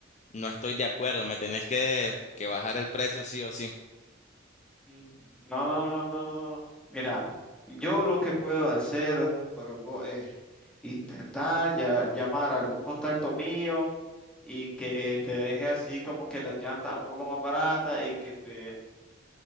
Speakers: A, on the left; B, in the centre.
A: no estoy de acuerdo, me tenés que, que bajar el precio sí o sí.
B: Mm, No, no, no, no, no. no. Mira, yo lo que puedo hacer por vos es intentar ya, llamar a algún contacto mío y que te deje así como que las llantas un poco más baratas y que te